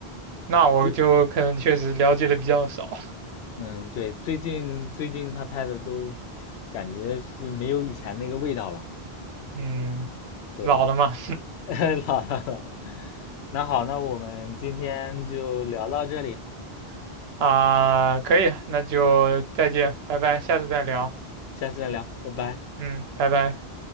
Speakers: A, on the right; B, on the left.
A: 那我就可能确实了解的比较少，
B: 就。嗯，对，最近最近他拍的都感觉是没有以前那个味道了。
A: 嗯，
B: 对，
A: 老了嘛，
B: <laughs> 老了老了。那好，那我们今天就聊到这里，
A: <laughs> 啊，可以，那就再见，拜拜，下次再聊，
B: 下次再聊，拜拜。
A: 嗯，拜拜。